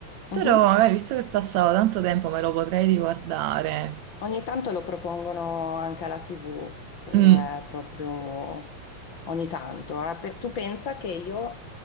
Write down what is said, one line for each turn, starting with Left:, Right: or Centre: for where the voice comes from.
Left: Mhm.
Right: però magari visto che passavo tanto tempo me lo potrei riguardare.
Left: Ogni tanto lo propongono anche alla TV, quello
Right: Mm,
Left: è proprio ogni tanto. eh. Pe- Tu pensa che io